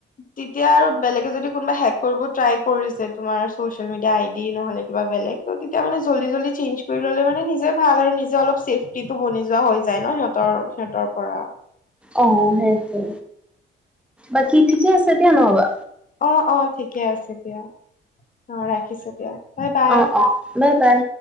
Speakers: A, on the left; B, in the centre.
A: তেতিয়া আৰু বেলেগে যদি কোনোবাই হেক কৰিব ট্ৰাই কৰিছে তুমাৰ চচিয়েল মিডিয়া আইডি নহলে কিবা বেলেগ ত' তেতিয়াহলে মানে জল্দি জল্দি চেঞ্জ কৰি ল'লে মানে নিজে ভাল আৰু নিজে অলপ চেফটি টো বনি যোৱা হৈ যায় ন সিহঁত তৰ, সিহঁতৰ পৰা।
B: অ', সেইটোৱে বাকী ঠিকে আছে দিয়া নহ'বা।
A: অ', অ', ঠিকে আছে দিয়া অ, ৰাখিছোঁ দিয়া বাই বাই।
B: অ', অ', বাই বাই।